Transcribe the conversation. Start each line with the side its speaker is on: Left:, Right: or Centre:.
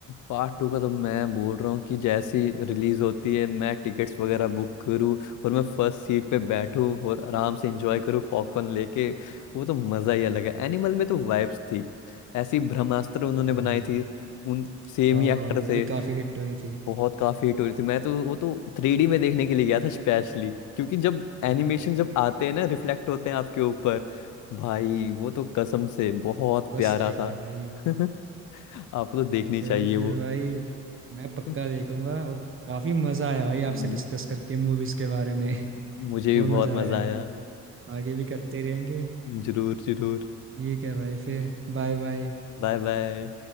Left: पार्ट टू का तो मैं बोल रहा हूँ कि जैसी रिलीज होती है मैं टिकट्स वगैरह बुक करूँ और मैं फर्स्ट सीट पे बैठूँ और आराम से एंजॉय करूँ पॉपकॉर्न लेके वो तो मज़ा ही अलग है एनिमल में तो वाइब्स थी ऐसी ब्रह्मास्त्र उन्होंने
Right: ठीक है भाई
Left: बनाई थी उन सेम
Right: हाँ
Left: ही एक्टर
Right: हाँ वो
Left: थे
Right: भी काफी हिट हुई थी
Left: बहुत काफी हिट हो रही थी मैं तो वो तो थ्री डी में देखने के लिए गया था स्पेशली क्योंकि जब
Right: <laughs>
Left: एनिमेशन जब आते हैं ना रिफ्लेक्ट होते हैं आपके ऊपर भाई वो तो कसम से बहुत
Right: बस
Left: प्यारा
Right: सही
Left: था
Right: कहा भाई
Left: <laughs> आपको तो देखनी
Right: फिर
Left: चाहिए
Right: फिर
Left: वो
Right: भाई मैं पक्का
Left: <laughs>
Right: देखूंगा और काफी मजा आया भाई
Left: हम्म।
Right: आपसे डिस्कस करके मूवीज के बारे में <laughs>
Left: मुझे
Right: बहुत
Left: भी बहुत
Right: मजा
Left: मजा
Right: आया
Left: आया
Right: आगे भी करते रहेंगे
Left: जरूर जरूर
Right: ये क्या भाई फिर बाय बाय
Left: Bye bye